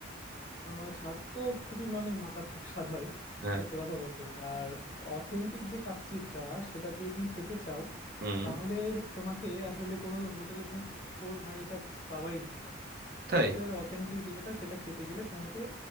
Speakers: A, on the left; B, on the right.
A: আহ, স্বাদ তো খুবই মানে মারাত্মক স্বাদ হয়
B: হ্যাঁ
A: সত্যি কথা বলতে আর অথেন্টিক যে কাচ্চিটা সেটা যদি তুমি খেতে চাও
B: হুম
A: তাহলে তোমাকে আসলে কোনো হোটেলে তুমি কো- মানে এটা পাবাই না এটা
B: তাই
A: একেবারে অথেন্টিক যেটা সেটা খেতে গেলে তোমাকে